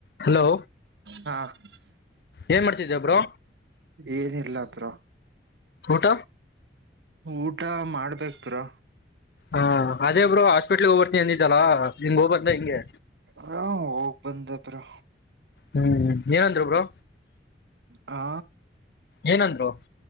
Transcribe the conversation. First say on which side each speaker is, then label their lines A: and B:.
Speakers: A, on the left; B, on the right.
A: Hello
B: ಹಾ ಶ್
A: ಏನ್ ಮಾಡ್ತಿದ್ಯ ಬ್ರೋ
B: ಏನಿಲ್ಲ ಬ್ರೋ
A: ಊಟ
B: ಊಟ ಮಾಡ್ಬೇಕ್ ಬ್ರೋ
A: ಹಾ ಅದೇ ಬ್ರೋ ಹಾಸ್ಪಿಟ್ಲ್ಗೆ ಹೋಗಬರ್ತೀನ್ ಅಂದಿದ್ ದಲಾ ಏನ್ ಹೋಗ್ಬಂದ ಹೆಂಗೆ
B: ಹ ಹೋಗ್ ಬಂದೆ ಬ್ರೋ
A: ಹ್ಮ್ ಏನಂದ್ರು ಬ್ರೋ
B: ಹಾ
A: ಏನಂದ್ರು